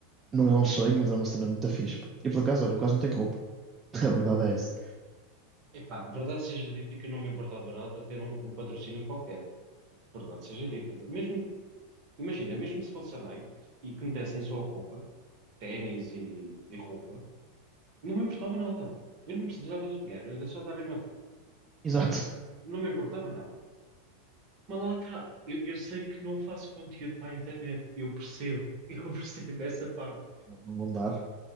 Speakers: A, on the right; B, on the right.
A: não é um sonho, mas é uma cena muito fixe, pá. E por acaso, olha, eu quase não tenho roupa, <laughs> a verdade é essa.
B: Epá, verdade seja dita que eu não me importava nada de ter um, um patrocínio qualquer. Verdade seja dita. Mesmo, imagina, mesmo se fosse a Nike e que me dessem só roupa, ténis e, e roupa, não me importava nada. Eu não precisava do dinheiro, era só darem-me a roupa.
A: Exato.
B: Não me importava nada. Mas lá está. Eu, eu sei que não faço conteúdo para a internet. Eu percebo. <laughs> Eu percebo essa parte.
A: Não vão dar.